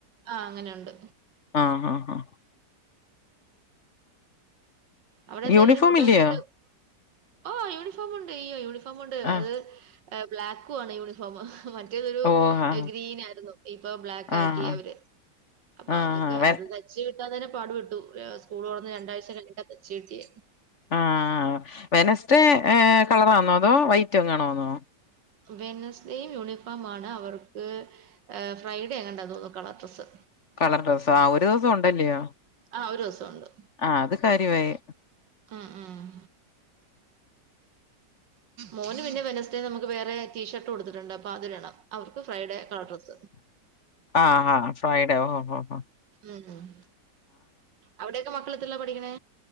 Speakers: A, on the right (about 80°); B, on the left (about 45°).
A: ആഹ് അങ്ങനെണ്ട്
B: ആഹ് ആഹ്
A: അവിടെന്താ
B: യൂണിഫോം
A: എല്ലരും ഫുഡൊക്കെ
B: ഇല്ലയോ?
A: കയിച്ചോ? ഓ യൂണിഫോമുണ്ട് യ്യോ യൂണിഫോമുണ്ട്
B: ആ.
A: അത് ബ്ലാക്കു ആണ് യൂണിഫോം. മറ്റേതൊരു
B: ഓ! ആ.
A: ഗ്രീൻ ആയിരുന്നു ഇപ്പൊ ബ്ലാക്ക്
B: ആഹാ!
A: ആക്കി അവര് അപ്പൊ
B: ആഹാ!
A: അതൊക്കെ
B: വെ
A: അത് ത തച്ച് കിട്ടാ തന്നെ പാടുപെട്ടു സ്കൂള് തൊറന്ന് രണ്ടാഴ്ച കഴിഞ്ട്ടാ തച്ച് കിട്ടിയേ
B: ആഹ് വെനസ്റ്റേ കളറാന്നോ? അതോ വൈറ്റ് എങ്ങനാന്നോ?
A: വെനസ്ഡേയും യൂണിഫോം ആണ് അവർക്ക് ഏഹേ ഫ്രൈഡേയെങാണ്ടാ തോന്നുന്നു കളർഡ്രസ്സ്
B: കളർ ഡ്രസ് ആ ഒരു ദുവസമുണ്ടല്ലയോ?
A: ആ ഒരു ദിവസമുണ്ട്.
B: ആഹ് അത് കാര്യവായെ
A: ഉംഉം മോന് പിന്നെ വെനസ്ഡേ നമുക്ക് വേറെ ടീഷർട്ട് കൊടുത്തിട്ടുണ്ടെ പാതിരണം അവർക്ക് ഫ്രൈഡേ കളർ ഡ്രസ്സ്‌
B: ആഹ ആഹ ഫ്രൈഡേ ഒ ഹോ ഹോ
A: ഉം ഉം അവിടെക്കെ മക്കളെത്തറീലാ പഠിക്ക്ണേ?